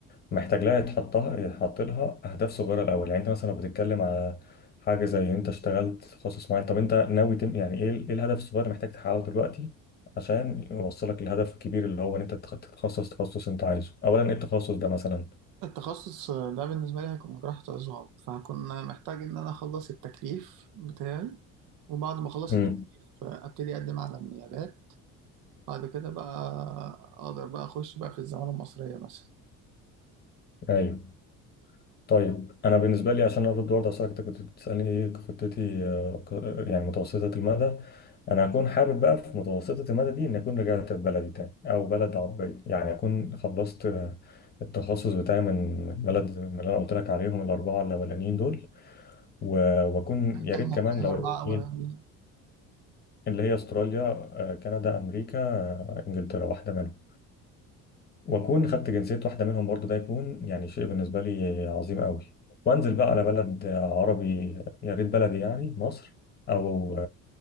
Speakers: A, on the left; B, on the right.
A: محتاج لها يتحطها يتحط لها اهداف صغيره الاول يعني انت مثلا لو بتتكلم على حاجه زي انت اشتغلت في تخصص معين طب انت ناوي تم يعني ايه ال- ايه الهدف الصغير اللي محتاج تحققه دلوقتي عشان يوصلك للهدف الكبير اللي هو ان انت تتخ- تتخصص تخصص انت عايزه اولا ايه التخصص ده مثلا
B: التخصص ده بالنسبة لي هيكون جراحة عظام فهكون محتاج إن أنا أخلص التكليف بتاعي وبعد ما أخلص
A: امم
B: التكليف أبتدي أقدم على النيابات بعد كده بقى أقدر بقى أخش بقى في الزمالة المصرية مثلا
A: ايوه طيب انا بالنسبه لي عشان ارد برضه على سؤالك انت كنت بتسالني ايه خطتي آه، ك- آه، يعني متوسطه المدى انا هكون حابب بقى في متوسطه المدى دي ان اكون رجعت بلدي تاني او بلد عربيه يعني اكون خلصت آه، التخصص بتاعي من من بلد من اللي انا قلت لك عليهم الاربعه الاولانيين دول و- واكون يا ريت
B: أنهي
A: كمان
B: أنهي
A: لو
B: أربعة أولانيين
A: ايه اللي هي استراليا آه، كندا امريكا آه، انجلترا واحده منهم واكون خدت جنسيه واحده منهم برضو ده يكون يعني شيء بالنسبه لي عظيم قوي وانزل بقى على بلد عربي يا ريت بلدي يعني مصر او